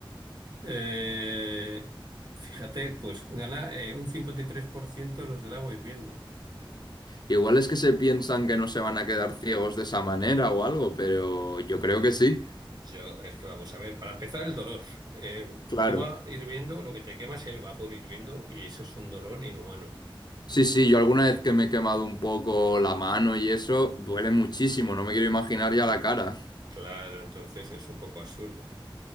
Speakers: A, on the right; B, on the left.
A: Eh, fíjate, pues gana eh, un 53% los del agua hirviendo.
B: Igual es que se piensan que no se van a quedar ciegos de esa manera o algo, pero yo creo que sí.
A: Yo, es que vamos a ver, para empezar el dolor. Eh,
B: Claro.
A: agua hirviendo, lo que te quema es el vapor hirviendo y eso es un dolor inhumano.
B: Sí, sí, yo alguna vez que me he quemado un poco la mano y eso, duele muchísimo, no me quiero imaginar ya la cara.
A: Claro, entonces es un poco absurdo.